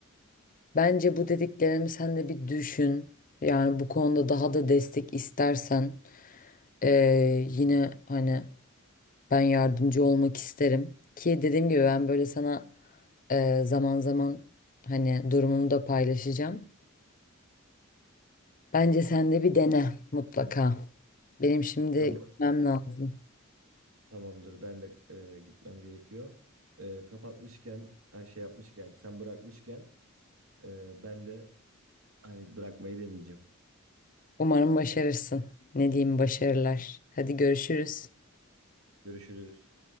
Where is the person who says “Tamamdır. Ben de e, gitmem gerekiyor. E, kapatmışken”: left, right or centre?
Right